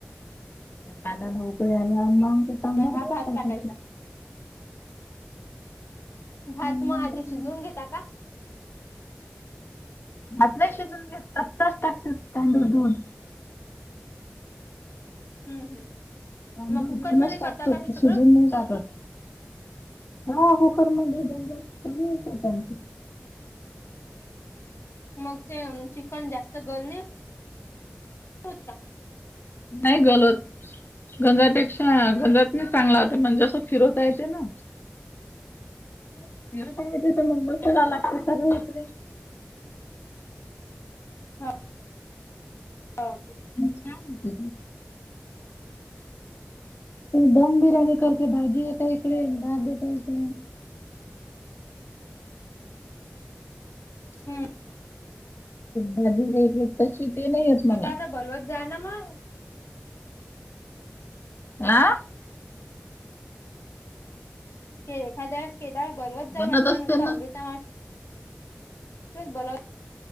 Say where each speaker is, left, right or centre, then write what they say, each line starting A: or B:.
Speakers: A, on the left (about 55°); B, on the left (about 80°).
A: त्या पाण्याला उकळी आल्यावर मग तांबड
B: म हा
A: धुवून
B: भात
A: टाकायचे
B: टाकायचा. भात
A: आणि
B: म
A: नंतर
B: आधी
A: मग
B: शिजवून घेता का?
A: भात नई शिजून घेत, कच्चाच टाकते तांदूळ धून
B: हम्म हम्म.
A: तांदूळ
B: मग कुकरमध्ये
A: धूनच टाकतो,
B: करता का हे सगळं
A: शिजून नाही टाकत. हा कुकरमध्ये <unintelligible>
B: मग ते चिकन जास्त गल नाही होत का?
A: नाही गलत. गंजापेक्षा गंजात नीच चांगला होता म्हणजे आसं फिरवता येतेना.
B: ह <unintelligible>
A: मका हो मस्त जा लागते सगळी इकडे
B: हा. हो <unintelligible>
A: छान होते दम बिर्याणी करते भाजी इकडे भात बी करते.
B: हम्म.
A: भाजी वेगळी तशी ती नाही येत मला.
B: आता बोलवत जान मग.
A: हां..
B: के एखाद्या वेळेस केल्यावर बोलवत जा
A: बनत
B: म्हटलं
A: असते
B: नुसतं
A: ना
B: अमृता मावशी लाच बोलवत.